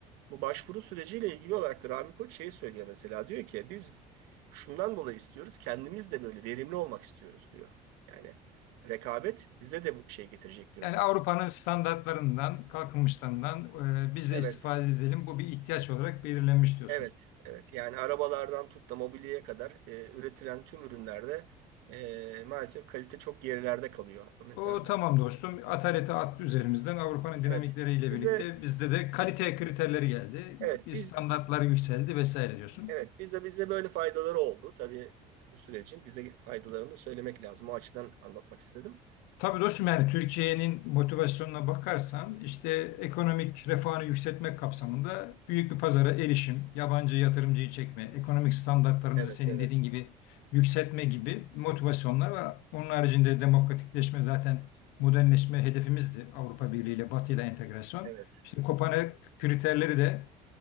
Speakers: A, on the right; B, on the left.
A: Bu başvuru süreciyle ilgili olarak da Rami Koç şeyi söylüyor mesela diyor ki biz şundan dolayı istiyoruz kendimiz de böyle verimli olmak istiyoruz diyor. Yani rekabet bize de bu şey getirecektir
B: Yani
A: diyor.
B: Avrupa'nın standartlarından, kalkınmışlarından e, biz
A: Evet,
B: de istifade edelim. Bu bir ihtiyaç olarak belirlenmiş diyorsun.
A: evet, evet. Yani arabalardan tut da mobilyaya kadar e, üretilen tüm ürünlerde e, maalesef kalite çok gerilerde kalıyor. Mesela
B: O tamam dostum. Ataleti attı üzerimizden. Avrupa'nın
A: evet.
B: dinamikleriyle
A: Bize
B: birlikte bizde de kalite kriterleri geldi.
A: evet biz
B: Standartlar yükseldi vesaire diyorsun.
A: evet bize bize böyle faydaları oldu. Tabii bu sürecin bize faydalarını da söylemek lazım. O açıdan anlatmak istedim.
B: Tabii dostum yani Türkiye'nin motivasyonuna bakarsan işte ekonomik refahını yükseltmek kapsamında büyük bir pazara erişim, yabancı yatırımcıyı çekme, ekonomik standartlarımızı
A: Evet,
B: senin
A: evet,
B: dediğin gibi yükseltme gibi motivasyonlar var. Onun haricinde demokratikleşme zaten modernleşme hedefimizdi Avrupa Birliği ile Batı ile entegrasyon.
A: evet,
B: İşte Kopenhag kriterleri de